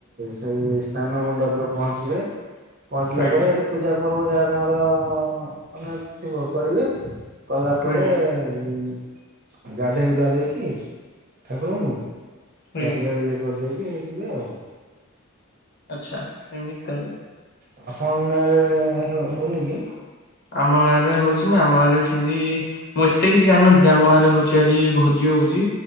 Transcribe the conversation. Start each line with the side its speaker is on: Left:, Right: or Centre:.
Right: ସେଇ ସ୍ନାନ ମଣ୍ଡପରେ ପହଞ୍ଚିବେ ପହଞ୍ଚିଲା
Left: ଆଜ୍ଞା।
Right: ପରେ ଏଠି ପୂଜା ପର୍ବ ଯାହା ତାଙ୍କର ମାନେ ଥିବ କରିବେ। କଲା
Left: ଆଜ୍ଞା
Right: ପରେ ଉ ଗାଧୋଇ ଗୁଧା ଦେଇକି ଠାକୁରଙ୍କୁ,
Left: ଆଜ୍ଞା
Right: ତାପରେ ଇଏ କରିଦେଇକି ଯିବେ ଆଉ।
Left: ଆଚ୍ଛା ଏମିତି ତାହେଲେ।
Right: ଆପଣଙ୍କ ଗାଁରେ ହେଉ ହଉନି କି?
Left: ଆମ ଗାଁରେ ହଉଛି ନା ଆମ ଗାଁରେ ବି ସେମିତି ମୁଁ ଏତେ କିଛି ଜାଣିନଥିଲି, ଆମ ଗାଁରେ ହଉଛି ଆଜି ଭୋଜି ହଉଛି